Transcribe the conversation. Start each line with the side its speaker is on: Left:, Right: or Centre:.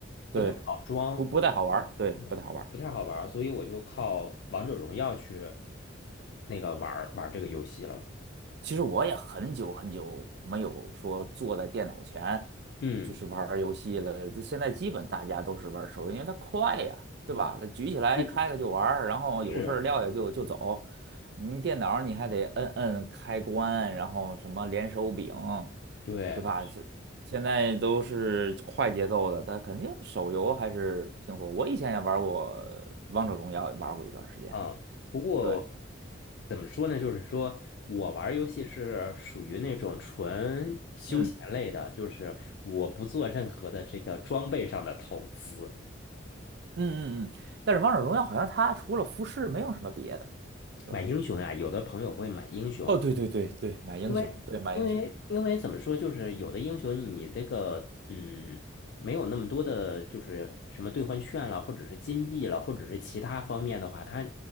Right: 对，
Left: 不太好装，
Right: 不不太好玩儿，
Left: 嗯对，
Right: 对，不太好玩儿。
Left: 不太好玩儿，所以我就靠王者荣耀去那个玩儿玩儿这个游戏了。
Right: 其实我也很久很久没有说坐在电脑前
Left: 嗯
Right: 就是玩儿游戏了。这现在基本大家都是玩儿手游，因为它快呀，对吧？它举起来开开就玩儿，
Left: 嗯，
Right: 然后有事儿撂下就就走。
Left: 是，
Right: 你电脑儿你还得摁摁开关，然后什么连手柄，
Left: 对。
Right: 对吧？是现在都是快节奏的，它肯定手游还是挺火。我以前也玩过《王者荣耀》，也玩过一段时间。
Left: 啊，不过
Right: 对。
Left: 怎么说呢？就是说我玩儿游戏是属于那种纯休闲类的，
Right: 嗯。
Left: 就是我不做任何的这个装备上的投资。
Right: 嗯嗯嗯，但是王者荣耀好像它除了服饰没有什么别的，是吧？
Left: 买英雄呀，有的朋友会买英雄，
Right: 哦，对对对对，买英雄，
Left: 因为
Right: 对买英雄，
Left: 因为因为怎么说，就是有的英雄你这个嗯没有那么多的，就是什么兑换券了，或者是金币了，或者是其他方面的话，他